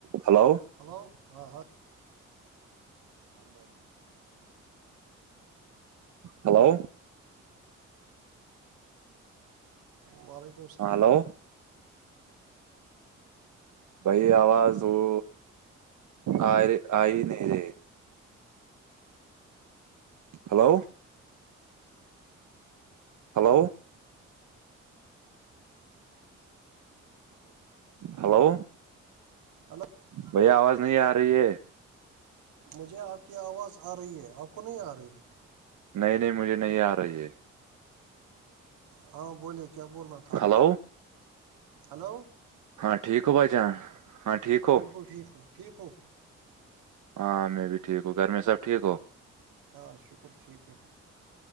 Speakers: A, on the right; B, on the right.
A: hello
B: hello ہاں ہاں
A: hello
B: ب
A: ہاں ہلو بھائی آواز وہ آ آئی آیی نہیں رہے ہلو ہلو ہلو
B: ہلو
A: بھائی آواز نہیں آ رہی ہے
B: مجھے آپ کی آواز آ رہی ہے آپ کو نہیں آ رہی
A: نہیں نہیں مجھے نہیں آ رہی ہے
B: ہاں بولیے کیا بولنا تھا آپ
A: ہلو
B: کو ہلو
A: ہاں ٹھیک ہو بھائی جان ہاں ٹھیک ہو
B: ٹھیک ہوں ٹھیک ہو
A: ہاں میں بھی ٹھیک ہوں گھر میں سب ٹھیک ہو
B: ہاں شکر ٹھیک ہے